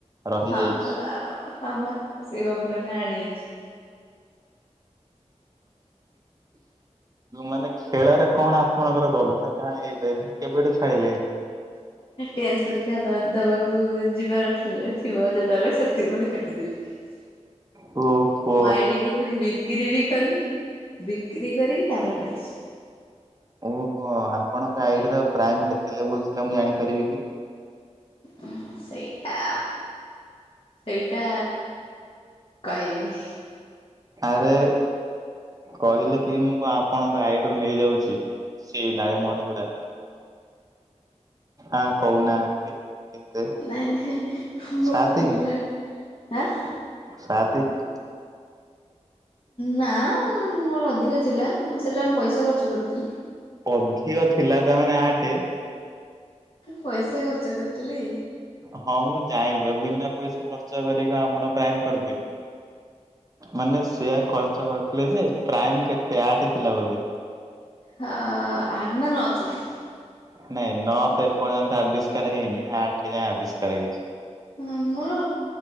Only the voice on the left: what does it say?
ହଁ ହ ହ ସେ ଗଭୀର କାହାଣୀ ଅଛି।
ଟେନ୍ଥ ପରୀକ୍ଷା ଦବାକୁ ଯିବାରଥିଲେ ଥିବ ଯେତେବେଳେ ସେତିକିବେଳେ କାଟିଦେଥିଲି। ବ <inaudible>
ମ ଆଇଡ଼ିକୁୁ ପୁଣି ବିକ୍ରି ବି କଲି ବିକ୍ରି କରିକି ତାପରେ କାଟିଛି।
ହଁ ସେଇଟା ସେଇଟା କହିବିନି।
ନାଇଁ ନାଇଁ ମୁଁ
ଖିଲା
ଆଁ
ନା ମୋର ଅଧିକ ଥିଲା ମୁଁ ସେଟା ମୁ ପଇସା ଖର୍ଚ୍ଚ କରିଥିଲି।
ପଇସା ଖର୍ଚ୍ଚ କରିଥିଲି।
ହ ଆଠେ ନା ନ ଥିଲା।
ହଁ ମୋର